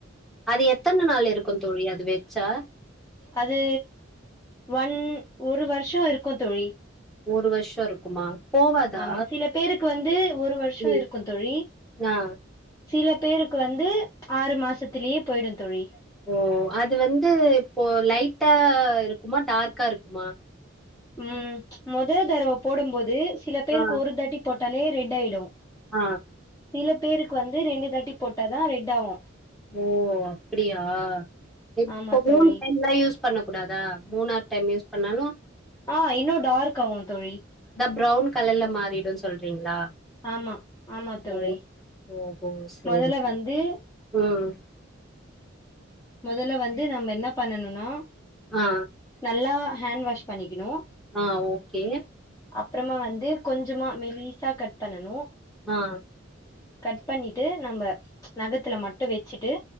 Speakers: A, in the centre; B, on the left (about 20°).
A: அது எத்தன நாள் இருக்கூ தோழி அது வெச்சா
B: அது ஒன் ஒரு வருஷோ இருக்கூ தோழி
A: ஒரு வருஷோ இருக்குமா போவாதா?
B: ஆமா சில பேருக்கு வந்து ஒரு வருஷோ
A: ம்.
B: இருக்கும் தோழி
A: ஆ.
B: சில பேருக் க்கு வந்து ஆறு மாசத்துலே போயிடோ தோழி
A: ஓ அது வந்து இப்போ லைட்டா இருக்குமா டார்க்கா இருக்குமா
B: ம் மொத தடவ போடும்போது சில பேருக்கு
A: ஆ,
B: ஒரு தாட்டி போட் ட்டாலே ரெட் ஆயிடு
A: ஆ
B: சில பேருக்கு வந்து ரெண்டு தட்டி போட்டாதா ரெட் ஆவு
A: ஓ அப்டியா இப்பொ
B: ஆமா
A: மூண்
B: தோழி
A: டைம்ல யூஸ் பண்ணக்கூடாதா மூணாது டைம் யூஸ் பண்ணாலு
B: ஆ இன்னு டார்க் ஆவு தோழி
A: ப்ரவுன் கலர்ல மாறிடுன் சொல்றீங்களா
B: ஆமா ஆமா தோழி
A: ஓ ஓஹோ சேரி
B: மொதல்ல
A: சேரி
B: வந்து
A: ம்
B: மெதல்ல வந்து நம்ம என்ன பண்ணனுனா
A: ஆ
B: நல்லா ஹேண் வாஷ் பண்ணிக்கிணு
A: ஆ ஓகே
B: அப்றமா வந்து கொஞ்சமா மெலீ சா கட் பண்ணணு
A: ஆ
B: கட் பண்ணிட்டு நம்ம நகத்துல மட்டு வெச்சுட்டு